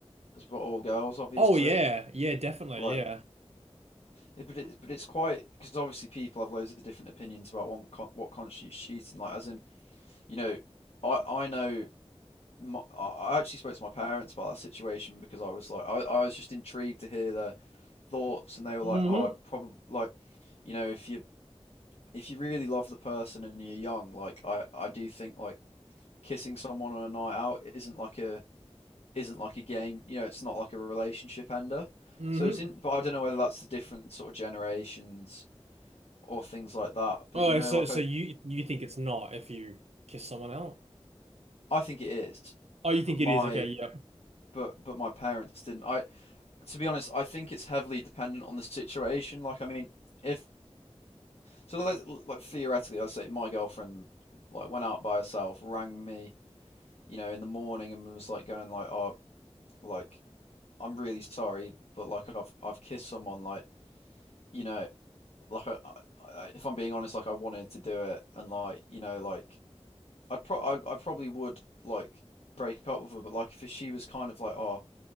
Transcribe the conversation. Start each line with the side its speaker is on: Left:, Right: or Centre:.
Left: as well, or girls, obviously.
Right: Oh yeah, yeah, definitely,
Left: Like
Right: yeah.
Left: Yeah, but it, but it's quite because obviously people have loads of different opinions about what con what constitutes cheating. Like as in, you know, I I know my, I actually spoke to my parents about that situation because I was like I, I was just intrigued to hear their thoughts and they were
Right: Mm-hmm.
Left: like, oh, I'd probably like, you know, if you if you really love the person and you're young, like I I do think like kissing someone on a night out isn't like a isn't like a game. You know, it's not like a relationship ender.
Right: Mm-hmm.
Left: So it's in, but I don't know whether that's the different sort of generations or things like that. But
Right: Oh,
Left: you know,
Right: so
Left: like
Right: so
Left: I
Right: you you think it's not if you kiss someone else?
Left: I think it is,
Right: Oh, you think
Left: but my
Right: it is? Okay, yep.
Left: but but my parents didn't. I to be honest, I think it's heavily dependent on the situation. Like I mean, if so, like like theoretically, I say my girlfriend like went out by herself, rang me, you know, in the morning and was like going like, oh, like I'm really sorry, but like I've I've kissed someone, like you know, like I, I, if I'm being honest, like I wanted to do it, and like you know, like I'd pro I, I probably would like break up with her, but like if she was kind of like, oh,